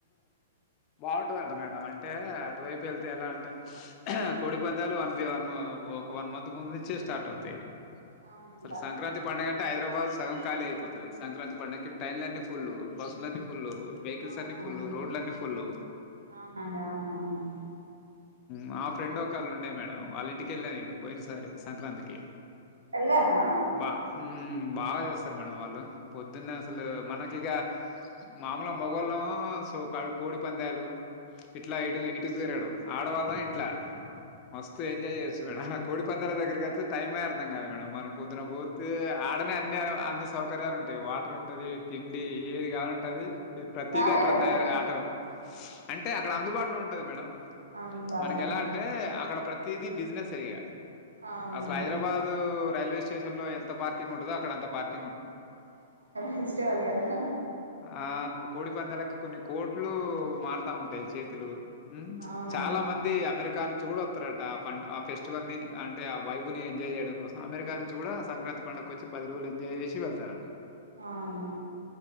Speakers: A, on the left; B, on the right.
A: బాగుంటందంట మేడం అంటే అటు వైపు వెళ్తేా ఎలా అంటే కోడి పందాలు వన్ వన్ ఒక వన్ మంత్ ముందు నుంచే స్టార్ట్ అవుతాయి
B: అవునంట
A: సరే సంక్రాంతి పండుగం అంటే హైదరాబాద్ సగం ఖాళీ అయిపోతుది సంక్రాంతి పండగకి ట్రైన్లన్నీ ఫుల్ బస్సులన్నీ ఫుల్లు బుల్లుఅన్నీ
B: అవునండి
A: ఫుల్ రోడ్లన్ని ఫుల్
B: అవునండి అవునవును
A: మా ఫ్రెండ్ ఒకళు ఉండే మేడం వాళ్ళ ఇంటిక వెళ్ళా నేను పోయిన సారి సంక్రాంతికి
B: ఎలా రా
A: బా హ్మ్ బాగా చేస్తారు మేడం వాళ్ళు పొద్దున్న అసలు మనకిగ మామల మొగోళ్ళు సో కా కోడి పందలు ఇట్లా ఇటు ఇటు దురడం ఆడవాళ్ళం ఇంట్లో మస్తు ఎంజాయ్ చేయొచ్చు మేడం ఆ కోడి పందాల దగ్గరికి వెళ్తే టైమే అర్థం కాదు మేడం మనం పొద్దున పోతే అ అనే అన్ని అన్ని సౌకర్యాలు ఉంటాయి వాటర్ ఉంటుంది తిండి ఏది కావాలంటది తది
B: వాళ్ళే
A: అక్కడ
B: పెడతారా
A: తయారు ఆటో
B: ఓకే
A: అంటే అక్కడ అందుబాటులో ఉంటా ఉంటాదిమేడం
B: అందుబాటులో
A: మనకి ఎలా
B: ఉంటాయా
A: అంటే అక్కడ ప్రతి తదీ బిజినెస్ అయ్యగా
B: అవునవును
A: అసలు హైదరాబాదు రైల్వే స్టేషన్ లో ఎంత పార్క్ ఉంటంది అక్కడంతాపార్టీ
B: ఫెస్టివల్ కదా
A: ఆ కోడి పందలకి కొన్ని కోట్లు మారుతా ఉంటాయి చేతులు హ్మ్
B: అవునంట
A: చాలా మంది అమెరికా అమెరికా నుంచి కూడా వస్తారట ఆ ఆ ఫెస్టివల్ ని అంటే ఆ వైబు ని ఎంజాయ్ చేయడం కోసం అమెరికా నుంచి కూడా సంక్రాంతి పండగ వచ్చి పది రోజు ఎజాయ్ చేసి వెళ్తారంట
B: అవునా